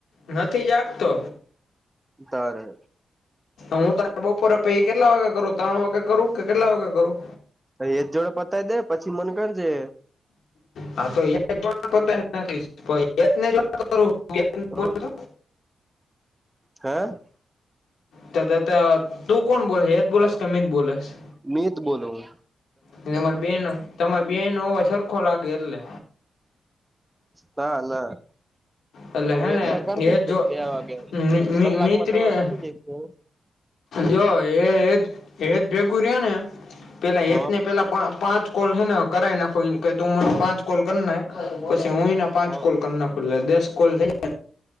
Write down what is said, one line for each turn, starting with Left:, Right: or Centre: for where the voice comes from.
Left: નથી જ આપતો.
Right: તારે.
Left: હું તને બપોરે પછ કેટલા વાગે કરું ત્રણ વાગે કરું કે કેટલા વાગે કરું.
Right: એ જોડે પતાય દે પછી મને કરજે.
Left: હા તો જોતાને જો <unintelligible>
Right: હ હે.
Left: ત તું કોણ બોલ એત બોલસ કે મીત બોલસ.
Right: મિત બોલુ.
Left: તમારી બેનો તમારી બેનો હોવા સરખો લાગે એટલે
Right: ના ના
Left: એટલે હે ને
Right: એજ કરતોજ
Left: હેત
Right: બે
Left: જો
Right: વાગે
Left: મિ- મિ-
Right: કલાકમાં
Left: મિત્રી
Right: તમે પતું જઈશો.
Left: જો એજ એજ ભેગું રહ્યો ને પેલા
Right: હ
Left: એજ ને પેલા પાંચ કોલ છે ને કરી નાખો તું મને પાંચ કોલ કરી નાખ પછી હું એના પાંચ
Right: હ
Left: કોલ કરનાખુ દસ કોલ થયા.